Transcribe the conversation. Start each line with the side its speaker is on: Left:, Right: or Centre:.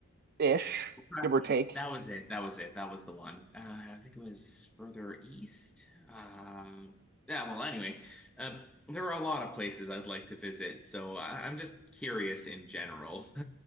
Right: ish,
Centre: right,
Right: give or take.
Centre: that was it. That was it. That was the one. Uh, I think it was further east. Uh, yeah. Well, anyway, uh, there are a lot of places I'd like to visit, so I, I'm just curious in general. <laughs>